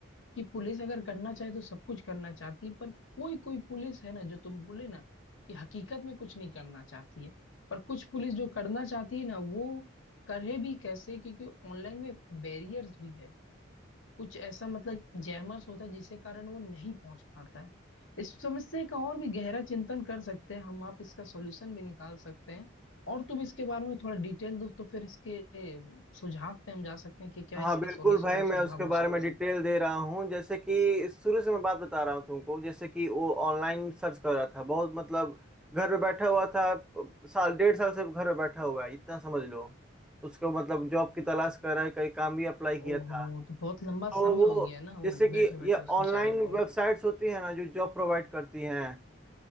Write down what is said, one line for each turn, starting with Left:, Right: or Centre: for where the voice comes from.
Left: कि पुलिस अगर करना चाहे तो सब कुछ करना चाहती है पर कोई कोई पुलिस है ना जो तुम बोले ना कि हकीकत में कुछ नहीं करना चाहती है पर कुछ पुलिस जो करना चाहती है ना वो करे भी कैसे क्योंकि ऑनलाइन में बैरियर्स भी है कुछ ऐसा मतलब जैमर्स होता है जिसके कारण वो नहीं पहुंच पाता है इस समस्या का और भी गहरा चिंतन कर सकते हैं हम आप इसका सॉल्यूशन भी निकाल सकते हैं और तुम इसके बारे में थोड़ा डिटेल दो तो फिर इसके अम, सुझाव पे हम जा सकते हैं कि क्या
Centre: हाँ
Left: इसके
Centre: बिल्कुल
Left: सॉल्यूशन
Centre: भाई
Left: और
Centre: मैं
Left: सुझाव
Centre: उसके
Left: हो
Centre: बारे
Left: सकते
Centre: में डिटेल
Left: हैं
Centre: दे रहा हूँ जैसे कि शुरू से मैं बात बता रहा हूँ तुमको जैसे कि वो ऑनलाइन सर्च कर रहा था बहुत मतलब घर पे बैठा हुआ था प- साल डेढ़ साल से घर पे बैठा हुआ है इतना समझ लो उसको मतलब जॉब की तलाश कर रहा है कहीं काम भी अप्लाई
Left: ओहो
Centre: किया था
Left: तो बहुत लंबा
Centre: तो
Left: समय
Centre: वो
Left: हो गया ना वो
Centre: जैसे
Left: बैठे
Centre: कि
Left: बैठे
Centre: ये
Left: उस बेचारे
Centre: ऑनलाइन
Left: को
Centre: वेबसाइट्स होती है ना जो जॉब प्रोवाइड करती हैं